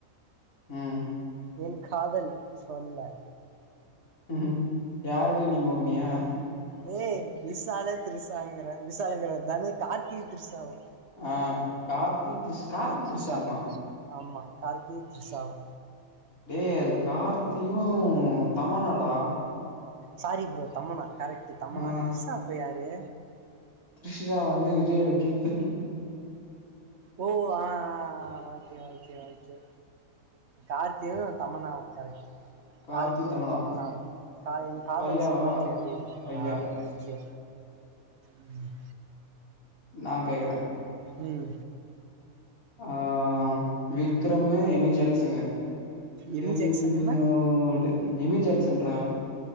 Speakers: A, on the left; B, on the right.
A: உம்
B: என் காதல் சொல்ல
A: ம்ஹும் யாரடி நீ மோகினியா
B: என்ன ஏய் விசால திரிசாங்கற விசாலங்கிற தனு கார்த்தியு த்ரிசாவு
A: ஆஹ் கார்த்தி த்ரிஷ் கார்த்தி
B: த்ரிஷா
A: த்ரிஷாமா
B: ஆமா கார்த்தி த்ரிசாவு
A: டே அது கார்த்தியு தமனாடா
B: சாரி ப்ரோ தமன்னா கரெக்டு தம்மனா
A: ஆ
B: திரிசா அப்போ யாரு
A: த்ரிஷா வந்து விஜயோட கீப்பு
B: ஓ ஆஹ் ஆ ஆ ஓகே ஓகே ஓகே கார்த்தியு தமனாவு கரெக்ட்
A: கார்த்தி,
B: கார்தியு
A: தமன்னா.
B: தமனாவு கா என் காதல்
A: பையாவா?
B: சொல்ல தேவையில்லை
A: பையா.
B: ஆஹ் ஓகே உம்
A: நா கேக்கற
B: உம்
A: ஆஹ் விக்ரமு எமி ஜாக்சனு
B: எமி
A: என்னோடு
B: ஜாக்சன்னா
A: எமி ஜாக்சன்ரா